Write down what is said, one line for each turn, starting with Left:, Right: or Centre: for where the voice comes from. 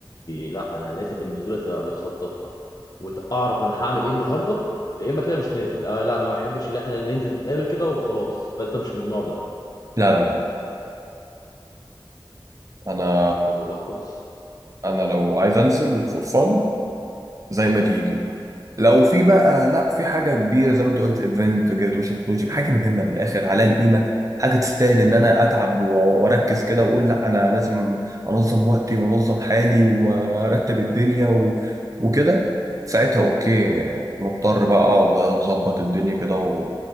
Left: لا انا لازم النزولة تبقى متخططة واعرف انا هعمل ايه النهاردة يا اما كده مش نازل آه لا انا ما بحبش ان احنا ننزل نتقابل كده وخلاص فانت مش من النوع ده
Right: لا لا لا لا انا
Left: طب والله كويس
Right: انا لو عايز انزل فور فن زي ما تيجي لو في بقى لا في حاجه كبيره زي ما انت قلت ايفنت جرادويشن بروجكت حاجه مهمه من الاخر عليها القيمه حاجه تستاهل ان
Left: امم
Right: انا اتعب و- واركز كده واقول لا انا لازم انظم وقتي وانظم حالي وارتب الدنيا و... وكده ساعتها اوكي مضطر بقى اقعد بقى اظبط الدنيا كده و...